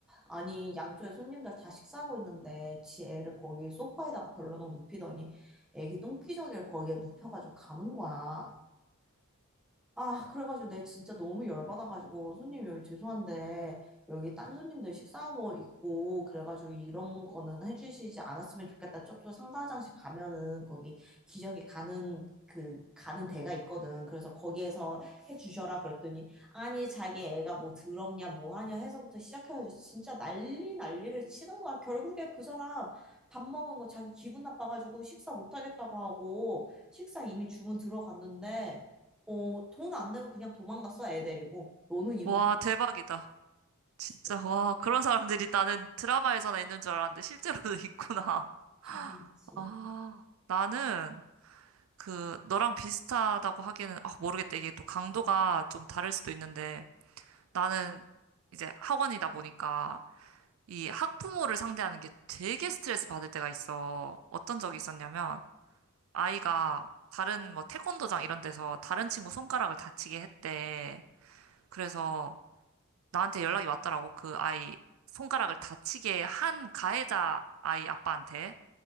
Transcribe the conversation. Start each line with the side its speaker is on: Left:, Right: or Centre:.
Centre: 아니, 양쪽에 손님들 다 식사하고 있는데, 지 애를 거기 소파에다가 벌러덩 눕히더니, 애기 똥기저귀를 거기에 눕혀가지고 가는 거야. 아, 그래가지고 내 진짜 너무 열받아가지고 손님 여기 죄송한데 여기 딴 손님들 식사하고 있고 그래가지고 이런 거는 해주시지 않았으면 좋겠다. 저쪽 상가 화장실 가면은 거기 기저귀 가는 그 가는 데가 있거든. 그래서 거기에서 해주셔라 그랬더니 아니 자기 애가 뭐 더럽냐 뭐 하냐 해서부터 시작해가지고 진짜 난리 난리를 치는 거야. 결국에 그 사람 밥 먹은 거 자기 기분 나빠가지고 식사 못 하겠다고 하고 식사 이미 주문 들어갔는데 어, 돈 안 내고 그냥 도망갔어, 애 데리고. 너는 이런
Right: 와,
Centre: 게
Right: 대박이다. 진짜,
Centre: 진짜
Right: 와, 그런 사람들이 나는 드라마에서나 있는 줄 알았는데 실제로도 <laughs> 있구나.
Centre: 당연하지.
Right: 아, 나는 그 너랑 비슷하다고 하기에는 아, 모르겠다. 이게 또 강도가 좀 다를 수도 있는데 나는 이제 학원이다 보니까 이 학부모를 상대하는 게 되게 스트레스 받을 때가 있어. 어떤 적이 있었냐면, 아이가 다른 뭐 태권도장 이런 데서 다른 친구 손가락을 다치게 했대. 그래서 나한테 연락이 왔더라고. 그 아이 손가락을 다치게 한 가해자 아이 아빠한테.